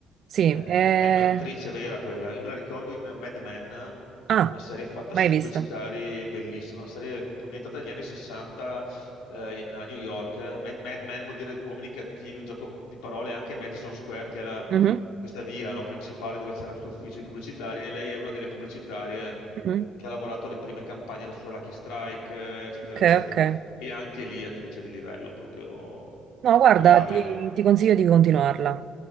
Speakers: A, on the right; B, on the left.
A: sì.
B: eh,
A: eh,
B: è un'attrice vera quella. Io me la ricordo in Mad Men,
A: Ah,
B: una serie fatta
A: mai
B: sui
A: vista.
B: pubblicitari bellissima, una serie ambientata negli anni 60 eh, in- a New York. Mad, Mad Men vuol dire uomini cattivi, un gioco di parole anche a Madison Square, che era
A: Mhm,
B: questa via, no, principale dove c'era questo ufficio di pubblicitari, e lei è una delle pubblicitarie
A: mhm.
B: che ha lavorato alle prime campagne sulla Lucky Strike, eh, eccetera,
A: Ok,
B: eccetera.
A: ok.
B: E anche lì attrice di livello proprio
A: No, guarda,
B: eh, totale.
A: ti, ti consiglio di continuarla.